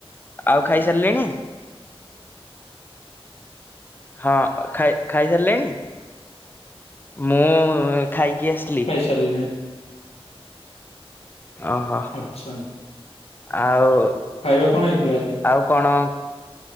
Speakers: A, on the left; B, on the left.
A: ଆଉ ଖାଇସାରିଲେଣି। ହଁ ଖାଇ ଖାଇସାରିଲେଣି? ମୁଁ ଖାଇକି ଆସିଲି।
B: ଚାଲିଲେଣି।
A: ଅହଃ
B: ଆଚ୍ଛା
A: ଆଉ
B: ଖାଇବା କଣ ହେଇଥିଲା ଆଜି?
A: ଆଉ କଣ